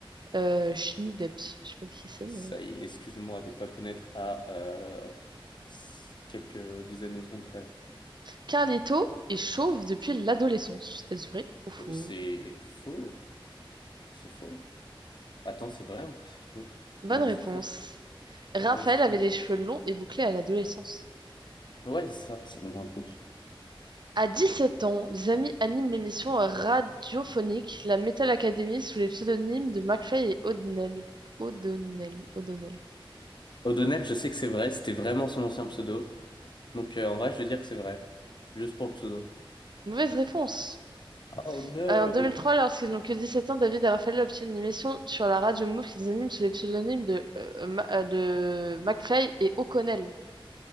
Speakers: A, on the right (about 55°); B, on the left (about 55°).
A: euh, Schmidepps. Je sais pas qui c'est,
B: ça
A: mais...
B: y est, excuse-moi de pas le connaître à euh, s- quelques dizaines de secondes près.
A: Carlito est chauve depuis l'adolescence. Est-ce vrai ou faux?
B: Bah, c'est faux, c'est faux. Attends, c'est vrai ou c'est faux?
A: Bonne
B: Non,
A: réponse.
B: c'est faux.
A: Raphaël
B: Ouais, c'est faux.
A: avait les cheveux longs et bouclés à l'adolescence.
B: Ouais, ça, ça me dit un truc.
A: À 17 ans, les amis animent l'émission radiophonique La Metal Academy sous les pseudonymes de McFly et O'Donnell. O'Donnell, O'Donnell.
B: O'Donnell, je sais que c'est vrai, c'était vraiment son ancien pseudo. Donc euh, en vrai, je vais dire que c'est vrai. Juste pour le pseudo.
A: Mauvaise réponse.
B: Oh no!
A: Euh, en 2003, lorsqu'ils n'ont que 17 ans, David et Raphaël obtiennent une émission sur la radio Move qu'ils animent sous les pseudonymes de, euh, Ma- euh, de McFly et O'Connell.